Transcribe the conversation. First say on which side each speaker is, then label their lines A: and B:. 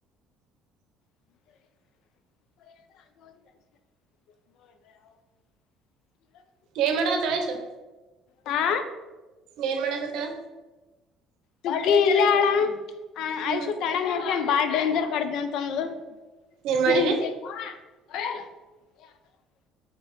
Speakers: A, on the left; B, on the right.
A: <unintelligible> <inaudible> <unintelligible>
B: ಏನು ಮಾಡಕತ ಐಶು
A: ಹಾ
B: ಏನು ಮಾಡಾಕತಾಳ
A: ಚುಕ್ಕಿ ಇಲ್ಲ ಅಣ್ಣ
B: ಹ್ಮ್
A: ಐಶು ಕೆಳಗ <unintelligible> <unintelligible> ಬಾಳ್ ಡೇಂಜರ್ ಕಡ್ದ ಅಂತ ಅನ್ಲು
B: ಏನ್ ಮಾಡಿದಿ
A: <unintelligible>